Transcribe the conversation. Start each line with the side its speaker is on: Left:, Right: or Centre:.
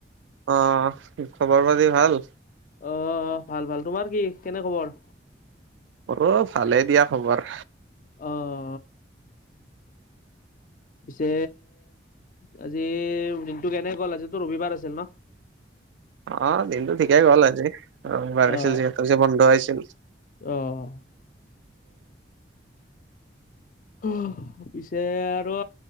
Right: অ'! খবৰ পাতি ভাল?
Left: অ'! ভাল, ভাল। তোমাৰ কি, কেনে খবৰ?
Right: অ'! ভালে দিয়া, খবৰ।
Left: অ'! পিছে, আজি দিনটো, কেনে গ'ল? আজিতো ৰবিবাৰ আছিল ন'?
Right: অ'! দিনটো ঠিকেই গ'ল, আজি। ৰং বাঢ়িছিল
Left: অ',
Right: যিহেতু, বন্ধ হৈছিল।
Left: অ'! অ'! পিছে আৰু